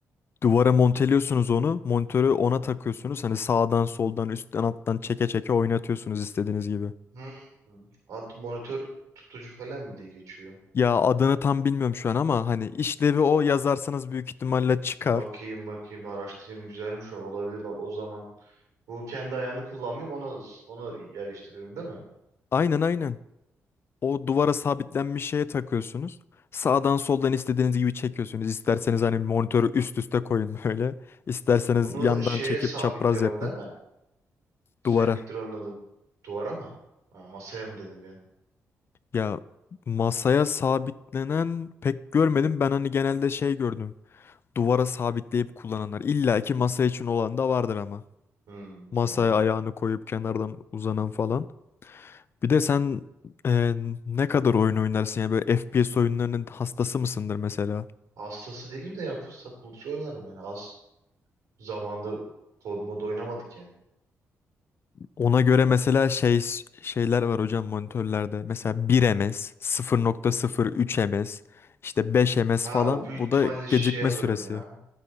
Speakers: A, on the left; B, on the right.
A: Duvara monteliyorsunuz onu monitörü ona takıyorsunuz hani sağdan soldan üstten alttan çeke çeke oynatıyorsunuz istediğiniz gibi.
B: Hmm. Ad, monitör tutucu falan mı diye geçiyor.
A: Ya adını tam bilmiyorum şu an ama hani işlevi o yazarsanız büyük ihtimalle çıkar.
B: Bakayım bakayım araştırayım güzelmiş o olabilir bak o zaman. Bu kendi ayağını kullanmayayım onu onu yerleştiriyorum değil mi?
A: Aynen aynen. O duvara sabitlenmiş şeye takıyorsunuz. Sağdan soldan istediğiniz gibi çekiyorsunuz. İsterseniz hani monitörü üst üste koyun böyle. İsterseniz
B: Bunu
A: yandan
B: şeye
A: çekip
B: sabitliyorum
A: çapraz yapın.
B: ama değil mi? Sen
A: Duvara.
B: getir onun adını. Duvara mı? Ha, masaya mı dedim ben?
A: Ya masaya sabitlenen pek görmedim. Ben hani genelde şey gördüm. Duvara sabitleyip kullananlar. İlla ki masa için olan da vardır ama.
B: Hmm,
A: Masaya
B: tamam.
A: ayağını koyup kenardan uzanan falan. Bir de sen e, ne kadar oyun oynarsın ya böyle FPS oyunlarının hastası mısındır mesela?
B: Hastası değilim de ya fırsat buldukça oynarım yani. Az zamanda kod mod oynamadık yani.
A: Ona göre mesela şey şeyler var hocam monitörlerde. Mesela 1 ms, 0.03 ms, işte 5 ms
B: Ha
A: falan.
B: o büyük
A: Bu
B: ihtimalle
A: da gecikme
B: şey alırım
A: süresi.
B: ya.